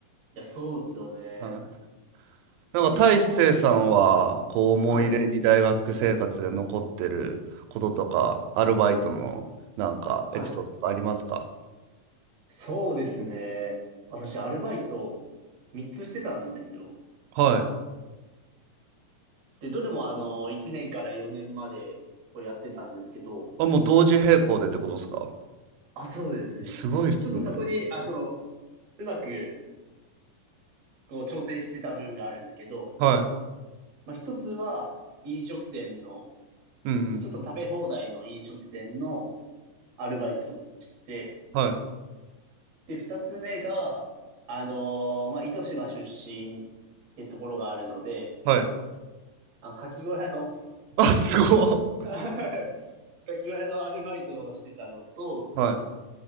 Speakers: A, on the right; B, on the right.
A: いや、そうですよね。
B: はい、なんか大成さんはこう思い出に大学生活で残ってることとかアルバイトのなんかエピソードとかありますか
A: ええはい。はい。そうですね。私、アルバイト3つしてたんですよ。
B: はい
A: で、どれもあの、1年から4年までをやってたんですけど、
B: あもう同時並行でってことですか
A: あ、そうですね。
B: すごいっすね。
A: で、ちょっとそこに、あの、うまく、こう、調整してた部分があるんですけど、
B: はい。
A: まあ、一つは、飲食店の、
B: うんうん。
A: ちょっと食べ放題の飲食店のアルバイトしてて、
B: はい。
A: で、二つ目が、あのまあ、糸島出身ってところがあるので、
B: はい。
A: あ、牡蠣小屋の
B: あ、すごっ。
A: <laughs> はい。ガキ割りのアルバイトをしてたのと、
B: はい。